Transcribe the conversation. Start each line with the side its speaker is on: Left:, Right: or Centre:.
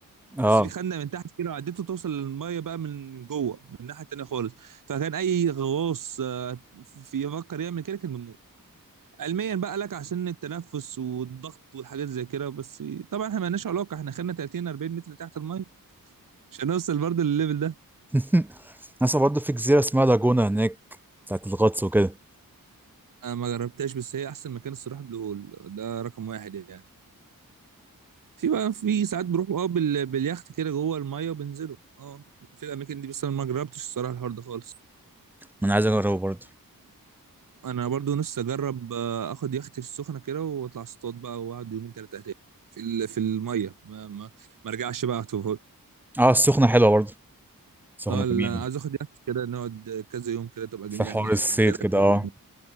Centre: اه
Right: بس في خندق من تحت كده وعدته توصل للميه بقى من من جوه من الناحيه التانيه خالص فكان اي غواص آه، في يفكر يعمل كده كان بيموت علميا بقى لك عشان التنفس والضغط والحاجات زي كده بس طبعا احنا مالناش علاقه احنا خدنا 30 40 متر تحت الميه عشان نوصل برضه للليفل ده
Centre: <laughs> ناس برضه في جزيرة اسمها لاجونا هناك بتاعت الغطس وكده
Right: انا ما جربتهاش بس هي احسن مكان الصراحه بلو هول ده رقم واحد يعني في بقى في ساعات بروح اه بال- باليخت كده جوه الميه وبنزله اه في الاماكن دي بس انا ما جربتش الصراحه الحوار ده خالص
Centre: ما انا عايز اجربه برضه
Right: انا برضو نفسي اجرب آه، اخد يخت في السخنه كده واطلع اصطاد بقى واقعد يومين ثلاثه هناك في ال- في الميه ما ما, ما ارجعش بقى أقعد في
Centre: اه السخنة حلوة برضه السخنة
Right: اه
Centre: جميلة
Right: لا، عايز اخد يخت كده نقعد كذا يوم كده تبقى
Centre: في
Right: جميله
Centre: حوار
Right: هناك
Centre: الصيد
Right: انت إيه
Centre: كده
Right: رايك في
Centre: اه
Right: الحوار ده؟